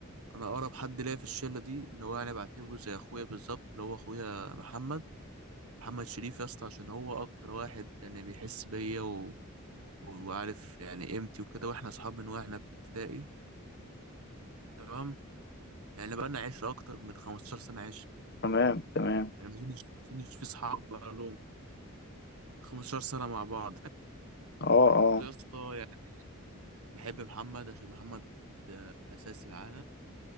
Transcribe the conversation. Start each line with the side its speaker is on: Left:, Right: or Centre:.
Right: انا اقرب حد ليا في الشله دي اللي هو يعني بعتبره زي اخويا بالظبط اللي هو اخويا محمد محمد شريف يا اسطى عشان هو اكتر واحد يعني بيحس بيا و... و- وعارف يعني قيمتي وكده واحنا اصحاب من واحنا في ابتدائي تمام يعني بقى لنا عشرة اكتر من 15 سنه عشره
Left: تمام تمام
Right: يعني ما اظنش ما اظنش في صحاب بقى لهم 15 سنه مع بعض
Left: أه أه
Right: برضه يا اسطى يعني بحب محمد عشان محمد آه، اساسي معانا